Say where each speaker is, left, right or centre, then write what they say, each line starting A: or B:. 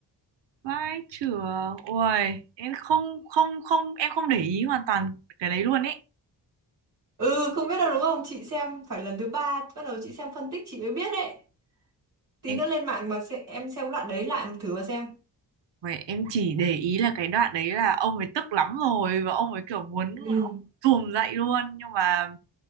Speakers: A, on the right; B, on the right.
A: vai trưởng ôi em không không không em không để ý hoàn toàn cái đấy luôn ấy
B: Ừ, không biết đâu đúng không? Chị xem phải lần thứ ba bắt đầu chị xem phân tích chị mới biết đấy. Tí
A: em
B: nữa lên mạng mà sẽ, em xem đoạn đấy lại thử mà xem.
A: vậy em chỉ để ý là cái đoạn đấy là ông ấy tức lắm rồi và ông ấy kiểu muốn
B: Ừ.
A: thùm dậy luôn nhưng mà